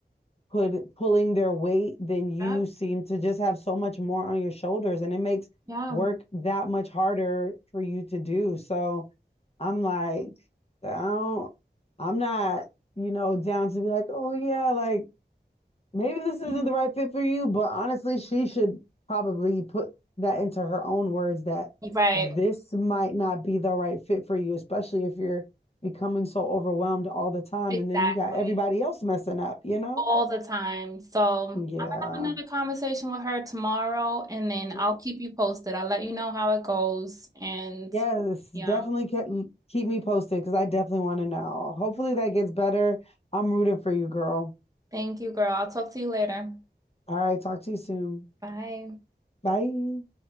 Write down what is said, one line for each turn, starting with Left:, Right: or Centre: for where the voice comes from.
Left: could pulling their weight, then you
Right: Yep.
Left: seem to just have so much more on your shoulders and it makes
Right: Yeah.
Left: work that much harder for you to do. So I'm like, I don't, I'm not, you know, down to be like, oh yeah, like maybe this isn't
Right: Mhm.
Left: the right fit for you. But honestly, she should probably put that into her own words that
Right: Right.
Left: this might not be the right fit for you, especially if you're becoming so overwhelmed all the time.
Right: Exactly.
Left: And then you got everybody else messing up, you know?
Right: all the time. So I'm
Left: Yeah.
Right: gonna have another conversation with her tomorrow and then
Left: Mm,
Right: I'll keep you posted. I'll let you know how it goes. And
Left: Yes, definitely
Right: yeah,
Left: ke- keep me posted because I definitely want to know. Hopefully that gets better. I'm rooting for you, girl.
Right: thank you, girl. I'll talk to you later.
Left: All right, talk to you soon.
Right: Bye.
Left: Bye.